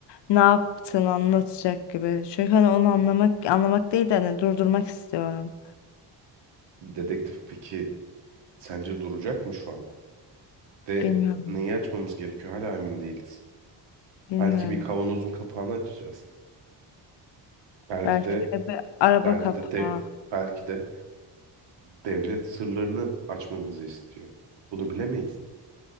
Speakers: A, on the left; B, on the right.
A: ne yaptığını anlatacak gibi. Çünkü hani onu anlamak anlamak değil de hani durdurmak istiyorum.
B: Dedektif peki sence duracak mı şu an? Ve
A: Bilmiyorum,
B: neyi açmamız gerekiyor? Hala emin değiliz.
A: bilmiyorum.
B: Belki bir kavanozun kapağını açacağız. Belki
A: Belki
B: de
A: de bir araba
B: Belki
A: kapağı.
B: de, de belki de devlet sırlarını açmamızı istiyor. Bunu bilemeyiz.